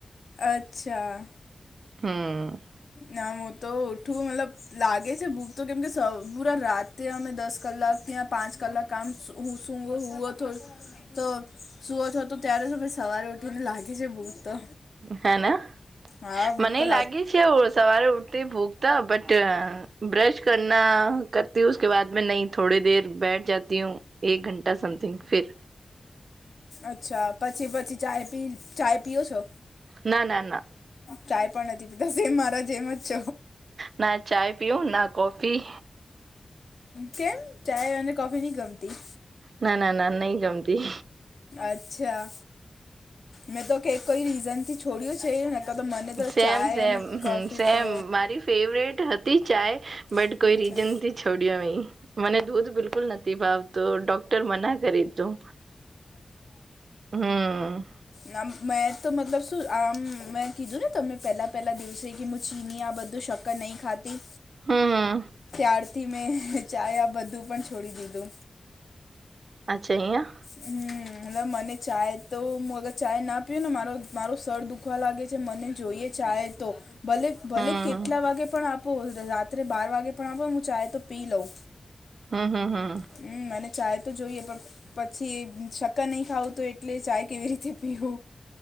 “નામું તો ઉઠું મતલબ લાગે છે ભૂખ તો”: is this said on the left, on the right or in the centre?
Left